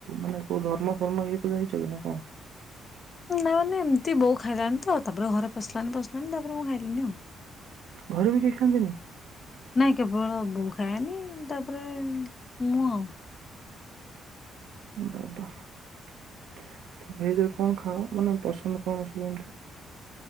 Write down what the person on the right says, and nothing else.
ମାନେ କୋଉ ଧର୍ମ ଫର୍ମ ଇଏକୁ ଯାଇଛ କି ନା କଣ?
ଘରେ ବି କେହି ଖଆନ୍ତିନି?
ବାବା, <inaudible> ଭେଜ୍ ରେ କଣ ଖାଅ? ମାନେ ପସନ୍ଦ କଣ ସବୁ ଏମତି?